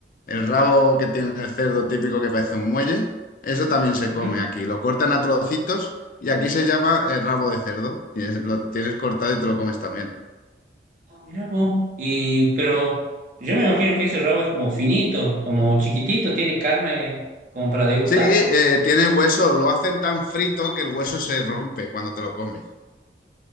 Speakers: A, on the left; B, on the right.
A: El rabo que tiene el cerdo típico que parece un muelle, eso también se
B: Ujú.
A: come aquí. Lo cortan a trocitos y aquí se llama eh, rabo de cerdo. Y es- lo tienes cortado y te lo comes también.
B: Ah, mirá vos. Y, pero yo me imagino que ese rabo es como finito, como chiquitito, tiene carne como para degustar.
A: Sí, eh, tiene hueso, lo hacen tan frito que el hueso se rompe cuando te lo comes.